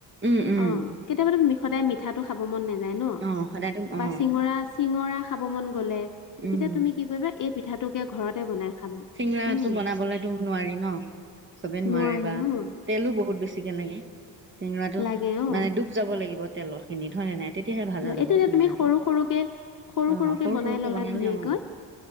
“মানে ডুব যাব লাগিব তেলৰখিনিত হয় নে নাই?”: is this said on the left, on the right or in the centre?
Right